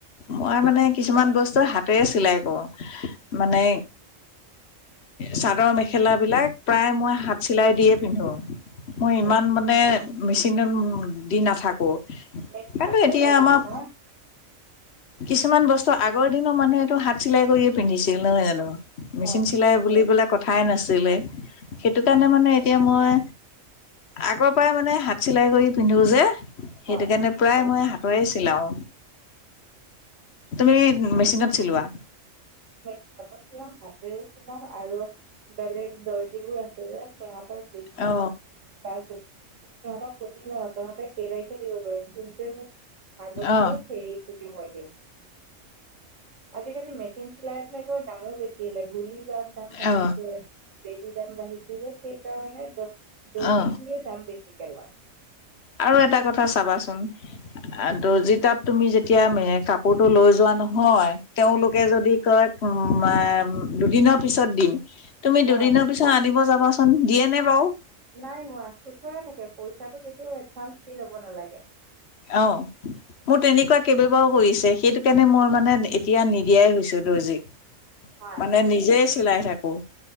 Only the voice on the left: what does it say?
মই
মানে কিছুমান বস্তু হাতেৰে চিলাই কৰোঁ, মানে চাদৰ মেখেলা বিলাক প্ৰায় মই হাত চিলাই দিয়েই পিন্ধো। মই
ইমান মানে মেচিনত দি নাথাকোঁ।
কাইলৈ
এতিয়া
আমাৰ
কিছুমান বস্তু আগৰ দিনৰ মানুহেটো হাত চিলাই কৰিয়ে পিন্ধিছিল নহয় জানোঁ। মেচিন
চিলাই বুলি পেলাই কথাই নাছিলে। সেইটো
কাৰণে মানে এতিয়া, মই আগৰ পৰাই মানে হাত চিলাই কৰি পিন্ধো যে
সেইটো কাৰণে প্ৰায় মই হাতৰে চিলাওঁ। তুমি মেচিনত চিলোৱা?
অ
অ
অ
অ
আৰু এটা কথা চাবাচোন। আহ দৰ্জি তাত তুমি যেতিয়া কাপোৰটো লৈ যোৱা নহয়। তেওঁলোকে যদি কয় উম, এ দুদিনৰ পিছত দিম। তুমি
দুদিনৰ পিছত আনিব যাবাচোন দিয়ে নে বাৰু?
অহ' মোৰ তেনেকুৱা কেইবাৰো কৰিছে। সেইটো কাৰণে মই মানে নিদিয়াই হৈছো দৰ্জিক।
মানে নিজে চিলাই থাকোঁ।